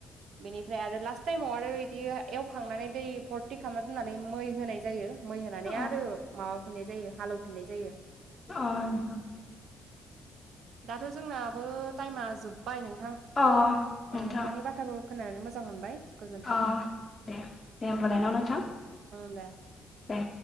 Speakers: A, on the right (about 75°); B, on the left (about 25°).
A: बेनिफ्राय आरो लास टाइमाव आरो इदि एवखांनानै दै भरथि खालामना दोननानै मै होनाय जायो। मै होनानै
B: अ
A: आरो माबाफिननाय जायो हालौफिननाय जायो।
B: अ
A: दाथ' जोंनाबो टाइम आ जोबबाय नोंथां
B: अ
A: अ
B: नोंथां
A: नोंथांनि बाथ्राखौ खोनानानै मोजां मोनबाय गोजोन्थों
B: अ दे दे होमबालाय न' नोंथां
A: ओं दे
B: दे।